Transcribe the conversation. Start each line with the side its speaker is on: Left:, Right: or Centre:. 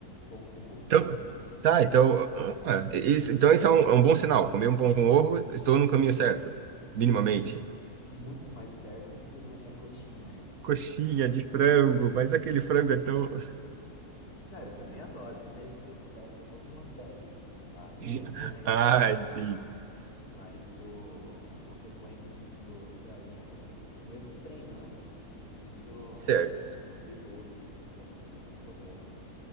Left: Pão com ovo.
Right: Então,
Left: Então, assim, isso-
Right: tá, então, ah, isso, então isso é um, é um bom sinal. Comer um pão com ovo, estou no caminho certo, minimamente.
Left: muito mais certo do que eu comer a coxinha. <laughs>
Right: coxinha de frango, mas aquele frango é tão.
Left: Não, eu também adoro. Se, de- se eu pudesse, eu comia umas dez. tá? Eu
Right: <laughs>
Left: não vou negar
Right: Ah,
Left: pra você, não.
Right: entendi.
Left: Mas o, a consequência disso pro, pra mim é um pouquinho complicado. Mesmo treinando, isso...
Right: Certo.
Left: É lógico, um- uma vez ou outra, você quiser comer, não tem problema, né?